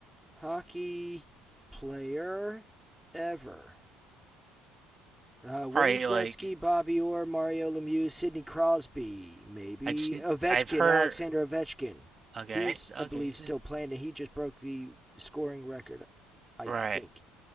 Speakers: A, in the centre; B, on the right (about 25°).
A: hockey player ever. Uh, Wayne
B: probably
A: Gretzky,
B: like
A: Bobby Orr, Mario Lemieux, Sidney Crosby, maybe
B: I just
A: Ovechkin,
B: I've heard.
A: Alexander Ovechkin.
B: Okay,
A: He's,
B: okay,
A: I believe, still
B: th-
A: playing, and he just broke the scoring record, I
B: right.
A: think.